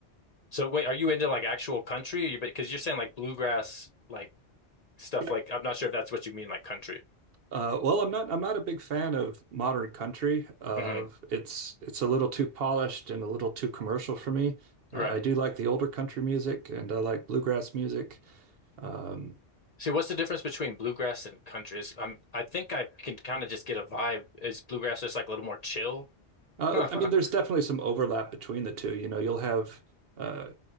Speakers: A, on the left; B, on the right.
A: So wait, are you into like actual country? Or you, Because you're saying like bluegrass, like stuff
B: Yeah.
A: like I'm not sure if that's what you mean, like country.
B: Uh, well, I'm not. I'm not a big fan of modern country. Of
A: hmm
B: it's it's a little too polished and a little too commercial for me. Uh,
A: Right.
B: I do like the older country music, and I like bluegrass music. Um,
A: See, what's the difference between bluegrass and country? Is um, I think I can kind of just get a vibe. Is bluegrass just like a little more chill?
B: Uh,
A: <laughs>
B: I mean, there's definitely some overlap between the two. You know, you'll have, uh,